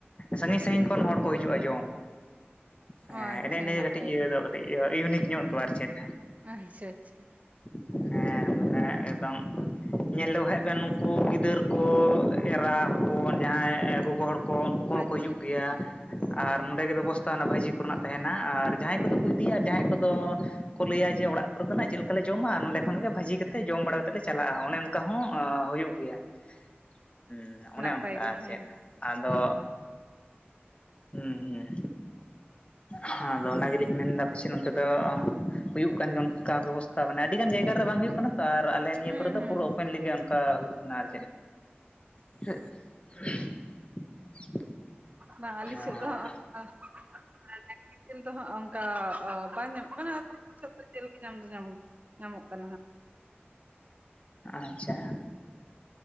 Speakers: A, on the left; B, on the right.
A: ᱥᱟᱺᱜᱤᱧ ᱥᱟᱺᱜᱤᱧ ᱠᱷᱚᱱ ᱦᱚᱲ ᱠᱚ ᱦᱤᱡᱩᱜᱼᱟ ᱡᱚᱢ
B: ᱟᱪᱪᱷᱟ
A: ᱮ ᱮᱱᱮ ᱮᱱᱮ
B: ᱱᱟᱯᱟᱭ
A: ᱜᱮ ᱠᱟᱹᱴᱤᱡ ᱤᱭᱟᱹ ᱫᱚ᱾ ᱤᱭᱟᱹ ᱤᱭᱩᱱᱤᱠ ᱧᱚᱜ ᱫᱚ ᱟᱨ ᱪᱮᱫ?
B: ᱟᱪᱪᱷᱟ ᱪᱷᱟ ᱪᱷᱟ᱾
A: ᱦᱮᱸ ᱢᱟᱱᱮ ᱮᱠᱫᱚᱢ ᱧᱮᱞ ᱞᱮᱠᱚ ᱠᱷᱟᱡ ᱵᱮᱱ ᱱᱩᱠᱩ ᱜᱤᱫᱟᱹᱨ ᱠᱚ ᱮᱨᱟ ᱦᱚᱯᱚᱱ ᱡᱟᱦᱟᱸᱭ ᱜᱚᱜᱚ ᱦᱚᱲ ᱠᱚ ᱩᱱᱠᱩ ᱠᱚᱦᱚᱸ
B: ᱟᱪᱪᱷᱟ
A: ᱠᱚ ᱦᱤᱡᱩᱜ ᱜᱮᱭᱟ, ᱟᱨ ᱱᱚᱸᱰᱮ ᱜᱮ ᱵᱮᱵᱚᱥᱛᱷᱟ ᱚᱱᱟ ᱵᱷᱟᱹᱡᱤ ᱠᱚᱨᱮᱱᱟᱜ ᱛᱟᱦᱮᱱᱟ ᱟᱨ ᱡᱟᱦᱟᱸᱭ ᱠᱚᱫᱚ ᱠᱚ ᱤᱫᱤᱭᱟ ᱡᱟᱦᱟᱸᱭ ᱠᱚᱫᱚ ᱠᱚ ᱞᱟᱹᱭᱟ ᱡᱮ ᱚᱲᱟᱜ ᱠᱚᱨᱮ ᱫᱚ ᱱᱟᱜ ᱪᱮᱫ ᱞᱮᱠᱟ ᱞᱮ ᱡᱚᱢᱟ ᱱᱚᱸᱰᱮ ᱠᱷᱚᱱ ᱜᱮ ᱵᱷᱟᱹᱡᱤ ᱠᱟᱛᱮᱫ ᱡᱚᱢ ᱵᱟᱲᱟ ᱠᱟᱛᱮᱫ ᱞᱮ ᱪᱟᱞᱟᱜᱼᱟ ᱚᱱᱮ ᱚᱱᱠᱟ ᱦᱚᱸ ᱚᱻ ᱦᱩᱭᱩᱜ ᱜᱮᱭᱟ᱾ ᱦᱩᱸ ᱚᱱᱮ
B: ᱱᱟᱯᱟᱭ
A: ᱚᱱᱠᱟ
B: ᱜᱮ
A: ᱟᱨ
B: ᱦᱮᱸ
A: ᱪᱮᱫ ᱟᱫᱚ
B: ᱟᱪᱪᱷᱟ
A: ᱦᱩᱸ ᱦᱩᱸ ᱦᱚᱸ ᱟᱫᱚ ᱚᱱᱟ ᱜᱮᱞᱤᱧ ᱢᱮᱱᱫᱟ ᱯᱟᱪᱮᱫ ᱱᱚᱛᱮ ᱫᱚ ᱦᱩᱭᱩᱜ ᱠᱟᱱ ᱜᱮᱭᱟ ᱚᱱᱠᱟ ᱵᱮᱵᱚᱥᱛᱷᱟ ᱢᱟᱱᱮ ᱟᱹᱰᱤ ᱜᱟᱱ ᱡᱟᱭᱜᱟ ᱨᱮ ᱵᱟᱝ ᱦᱩᱭᱩᱜ ᱠᱟᱱᱟ᱾ ᱟᱨ ᱟᱞᱮ ᱱᱤᱭᱟᱹ
B: ᱦᱩᱸ
A: ᱠᱚᱨᱮ ᱫᱚ
B: ᱦᱩᱸ
A: ᱯᱩᱨᱟᱹ ᱳᱯᱮᱱᱞᱤ ᱜᱮ ᱚᱱᱠᱟ ᱦᱩᱭᱩᱜ ᱠᱟᱱᱟ ᱟᱨ <unintelligible>
B: ᱵᱟ ᱟᱞᱮ ᱥᱮᱫ
A: ᱚ
B: ᱫᱚ ᱦᱟᱸᱜ ᱟᱨ ᱰᱟᱝᱨᱤ ᱡᱮᱞ ᱫᱚ ᱦᱟᱸᱜ ᱚᱱᱠᱟ ᱵᱟᱝ ᱧᱟᱢᱚᱜ ᱠᱟᱱᱟ <unintelligible> ᱡᱮᱞ ᱜᱮ ᱧᱟᱢ ᱫᱚ ᱧᱟᱢᱚᱜᱚᱜ ᱠᱟᱱᱟ᱾ ᱧᱟᱢᱚᱜ ᱠᱟᱱᱟ ᱦᱟᱸᱜ᱾
A: ᱟᱪᱪᱷᱟ